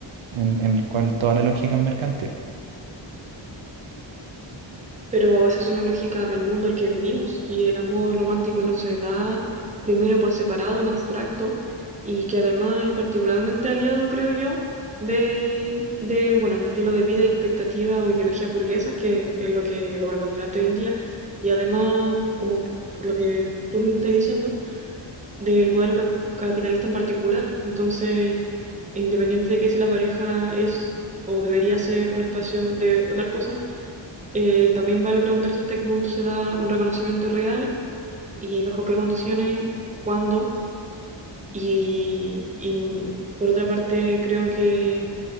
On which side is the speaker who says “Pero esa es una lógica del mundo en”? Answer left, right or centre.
Right